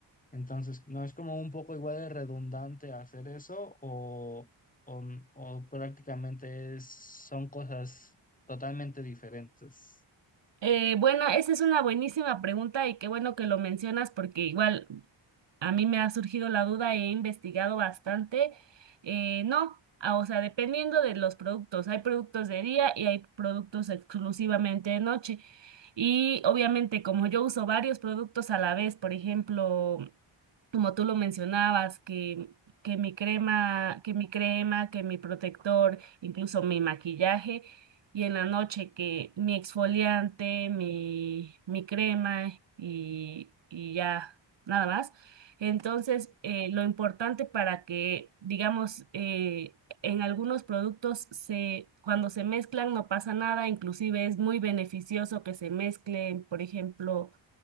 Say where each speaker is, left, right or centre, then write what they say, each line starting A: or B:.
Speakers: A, on the left; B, on the right.
A: Entonces, ¿no es como un poco igual de redundante hacer eso o, o, o prácticamente es- son cosas totalmente diferentes?
B: Eh, bueno, esa es una buenísima pregunta y qué bueno que lo mencionas porque igual a mí me ha surgido la duda, he investigado bastante. Eh, no, ah, o sea, dependiendo de los productos, hay productos de día y hay productos exclusivamente de noche. Y obviamente como yo uso varios productos a la vez, por ejemplo, como tú lo mencionabas, que, que mi crema, que mi crema, que mi protector, incluso mi maquillaje, y en la noche que mi exfoliante, mi, mi crema y, y ya nada más. Entonces, eh, lo importante para que, digamos, eh, en algunos productos se, cuando se mezclan no pasa nada, inclusive es muy beneficioso que se mezclen, por ejemplo,